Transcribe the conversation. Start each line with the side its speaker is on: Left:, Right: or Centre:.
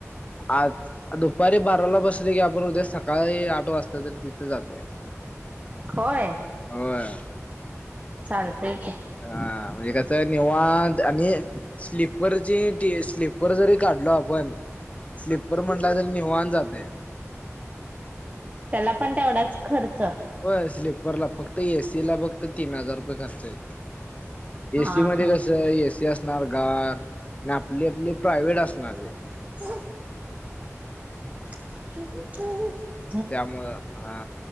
Left: आज दुपारी बाराला बस की आपण उद्या सकाळी आठ वाजता तरी तिथं जातोय.
Right: होय
Left: होय.
Right: चालतय की.
Left: हा म्हणजे कसं आहे निवांत आणि स्लिपवरची स्लीपर जरी काढलो आपण पण स्लिपर म्हणला तरी निवांत जातंय.
Right: त्याला पण तेवढाच खर्च.
Left: हो स्लीपरला फक्त एसी ला फक्त तीन हजार रुपये खर्च येते.
Right: हा
Left: एसी मध्ये
Right: हा
Left: कसं आहे एसी असणार गार आणि आपली आपली प्रायव्हेट असणार गं.
Right: हं <inaudible> <unintelligible>
Left: त्यामुळं हा